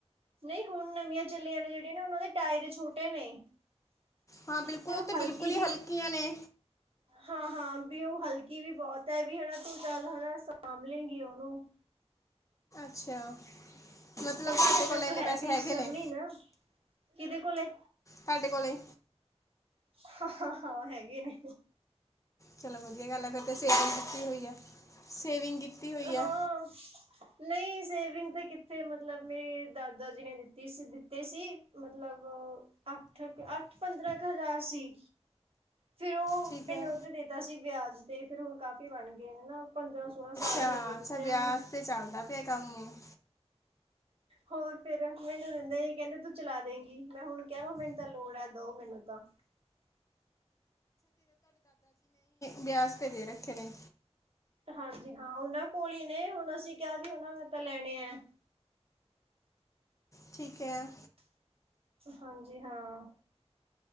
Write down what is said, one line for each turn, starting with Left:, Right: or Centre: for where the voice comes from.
Right: ਨਹੀਂ ਹੁਣ ਨਵੀਆਂ ਚੱਲੀਆਂ ਨੇ ਜਿਹੜੀਆ ਨਾ ਉਹਨਾਂ ਦੇ ਟਾਇਰ ਛੋਟੇ ਨੇ।
Left: ਹਾਂ ਬਿਲਕੁਲ
Right: ਤੇ
Left: ਉਹ ਤਾਂ ਬਿਲਕੁਲ
Right: ਹਲਕੀ ਵੀ
Left: ਹੀ ਹਲਕੀਆਂ ਨੇ।
Right: ਹਾਂ ਹਾਂ ਵੀ ਉਹ ਹਲਕੀ ਵੀ ਬਹੁਤ ਹੈ ਵੀ ਹਨਾ ਤੂੰ ਚੱਲ ਹ ਦਾ ਸਾਂਭ ਲੈਂਗੀ ਉਹਨੂੰ।
Left: ਅੱਛਾ ਮਤਲਬ
Right: ਕਿਉਂਕਿ
Left: ਤੁਹਾਡੇ
Right: ਫਿਰ ਮੇਰੇ
Left: ਕੋਲ ਇੰਨੇ
Right: ਤੋਂ ਹੈ
Left: ਪੈਸੇ
Right: ਵੀ
Left: ਹੈਗੇ
Right: ਸਮਣੀ
Left: ਨੇ?
Right: ਨਾ ਕਿਹਦੇ ਕੋਲੇ।
Left: ਧਾਡੇ ਕੋਲੇ।
Right: ਹਹ ਹਾਂ ਹੈਗੇ ਨੇ।
Left: ਚਲੋ ਵਧੀਆ ਗੱਲ ਆ ਫਿਰ ਤੇ ਸੇਵਿੰਗ ਕੀਤੀ ਹੋਈ ਆ ਸੇਵਿੰਗ ਕੀ ਕੀਤੀ ਹੋਈ
Right: ਹਾਂ
Left: ਹੈ।
Right: ਨਹੀਂ ਸੇਵਿੰਗ ਤੇ ਕਿੱਥੇ ਮਤਲਬ ਮੇਰੇ ਦਾਦਾ ਜੀ ਨੇ ਦਿੱਤੀ ਸੀ ਦਿੱਤੇ ਸੀ ਮਤਲਬ ਅੱਠ ਅੱਠ ਪੰਦਰਾਂ ਕੁ ਹਜ਼ਾਰ ਸੀ ਫਿਰ ਉਹ।
Left: ਠੀਕ
Right: ਮੈਨੂੰ
Left: ਹੈ
Right: ਉਹਤੇ ਦੇਤਾ ਸੀ ਵਿਆਜ। ਤੇ ਫੇਰ ਹੁਣ ਕਾਫ਼ੀ ਬਣ ਗਏ ਨੇ ਨਾ ਪੰਦਰਾਂ ਸੋਲਾਂ। ਸਾਲ
Left: ਹਾਂ
Right: ਹੋ ਗਏ ਦਿੱਤਿਆਂ
Left: ਅੱਛਾ ਵਿਆਹ
Right: ਨੂੰ
Left: <unintelligible> ਵਾਸਤੇ ਚੱਲਦਾ ਪਿਆ ਕੰਮ।
Right: ਹੋਰ ਫੇਰ ਮੈਨੂੰ ਦੇਂਦੇ ਹੀ ਕਹਿੰਦੇ ਤੂੰ ਚਲਾ ਦੇਗੀ ਮੈਂ ਹੁਣ ਕਿਹਾ ਮੈਨੂੰ ਤਾਂ ਲੋੜ ਹੈ ਦਓ ਮੈਨੂੰ ਤਾਂ।
Left: ਵਿਆਜ਼ ਤੇ ਦੇ ਰੱਖੇ ਨੇ।
Right: ਹਾਂਜੀ ਹਾਂ ਉਹਨਾਂ ਕੋਲ ਹੀ ਨੇ ਹੁਣ ਅਸੀਂ ਕਿਹਾ ਵੀ ਉਹਨਾ ਨੇ ਤਾਂ ਲੈਣੇ ਆ।
Left: ਠੀਕ ਹੈ।
Right: ਹਾਂਜੀ ਹਾਂ।